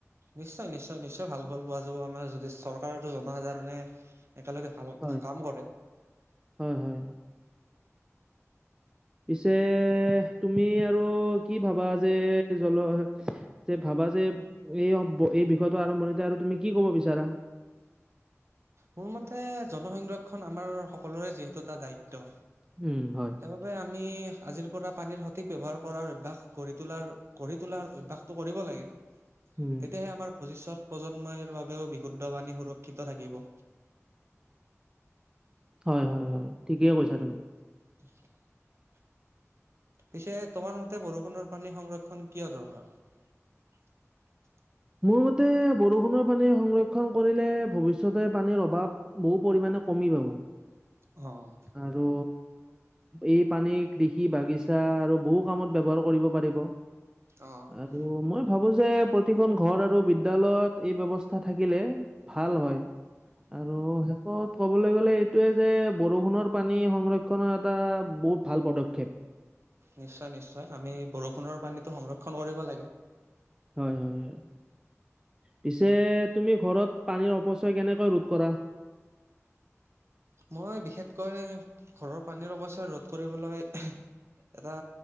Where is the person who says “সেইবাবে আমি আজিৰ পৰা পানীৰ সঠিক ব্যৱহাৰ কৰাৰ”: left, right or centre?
Right